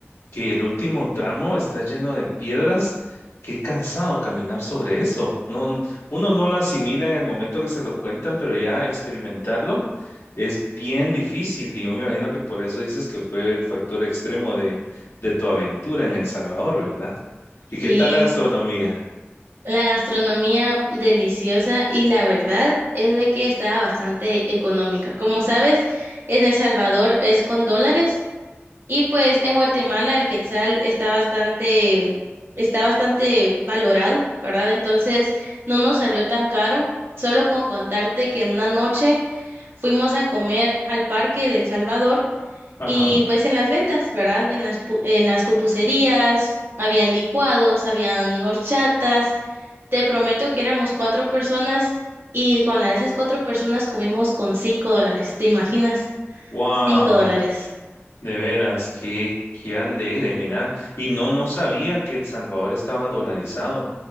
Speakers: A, on the left; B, on the right.
A: que el último tramo está lleno de piedras. Qué cansado caminar sobre eso. No, uno no lo asimila en el momento que se lo cuentan, pero ya experimentarlo es bien difícil. Y yo me imagino que por eso dices que fue el factor extremo de, de tu aventura en El Salvador, ¿verdad? ¿Y qué
B: Sí,
A: tal la gastronomía?
B: la gastronomía deliciosa y la verdad es de que estaba bastante económica. Como sabes, en El Salvador es con dólares. Y pues en Guatemala el quetzal está bastante, está bastante valorado, ¿verdad? Entonces no nos salió tan caro. Solo con contarte que en una noche fuimos a comer al parque del Salvador
A: Ajá.
B: y pues en las ventas, ¿verdad? En las, pu- en las pupuserías, habían licuados, habían horchatas. Te prometo que éramos cuatro personas y con la de esas cuatro personas comimos con cinco dólares. ¿Te imaginas?
A: Wow.
B: Cinco dólares.
A: De veras, qué, qué alegre, mira. Y no, no sabía que El Salvador estaba dolarizado,